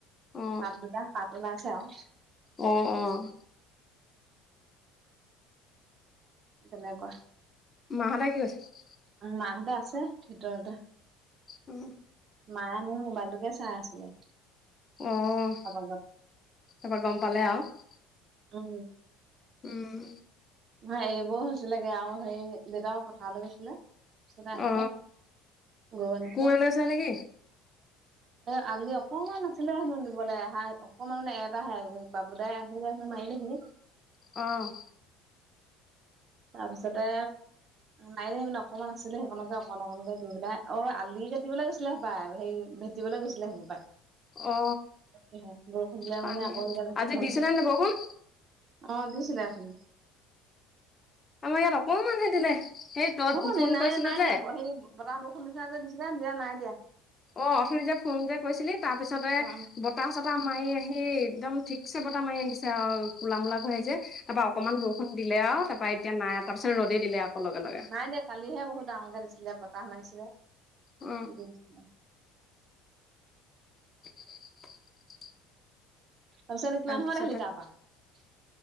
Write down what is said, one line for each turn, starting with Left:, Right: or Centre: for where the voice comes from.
Left: অ
Right: পাত দুটা, পাত ওলাইছে আৰু
Left: অ', অ'
Right: তেনেকুৱা।
Left: মাহঁততে কি কৰিছে?
Right: উম্, মাহঁতে আছে ভিতৰতে।
Left: উম্,
Right: মায়ে মোৰ মোবাইলটোকে চাই আছিলে।
Left: অ',
Right: অলপ আগত
Left: তাৰপৰা গম পালে আৰু।
Right: উম্,
Left: উম্,
Right: নহয়, এইবোৰ হৈছিলেগে আৰু হেৰি দেউতাও পথাৰলৈ গৈছিলে। তাৰপিছতে আহিলে,
Left: অ
Right: গৰু আনিছে।
Left: কোৰ লৈছিলে নেকি
Right: এ আলি অকমান আছিলে হেনো দিবলৈ, এহা অকমানানে এটাহে, দদাই আহিলে হেনো মাৰিলেহি।
Left: অ',
Right: তাৰপিছতে, নাই দিয়া, সেই মানে অকণমান আছিলে সেইকনকে অকন অকনকে দি পেলাই, অ', আলি কাটিবলৈ গৈছিলে হপাই হে। দিবলৈ গৈছিলে হ'ব পাই।
Left: অ
Right: বৰষুণ দিলে
Left: পানী
Right: মানে আকৌ এতিয়া থাকিব
Left: আজি
Right: হ'ল
Left: দিছিলে
Right: যে। অ',
Left: নে বৰষুণ
Right: দিছিলে আছিল।
Left: আমাৰ ইয়াত অকণমান হে দিলে, সেই তই
Right: অ', নাই
Left: ফোন
Right: না
Left: কৰিছিলো
Right: নাই
Left: যে
Right: দিয়া হেৰি বতাহ বৰষুণ নিচিনা যে দিচিলে নি, নাই দিয়া।
Left: অ', অথনি যে ফোন যে কৈছিলি তাৰ পিছতে-
Right: অ অ
Left: বতাহ চাহ মাৰি আহি একদম ঠিকছে বতাহ মাৰি আহিছে আৰু ক'লা মলা কৰি আহিছে। তাৰপা অকমান বৰষুণ দিলে আৰু তাৰপা এতিয়া নাই তাৰপিছত ৰ'দে দিলে আকৌ লগে লগে।
Right: নাই দিয়া, কালিহে বহুত ডাঙৰকে দিছিলে বতাহ মাৰিছিলে, বৰষুণ
Left: অ
Right: দিছিলে।
Left: <inaudible>
Right: তাৰপিছত কিমান
Left: তাৰপিছতে
Right: সময়ত আহিলি তাৰপৰা।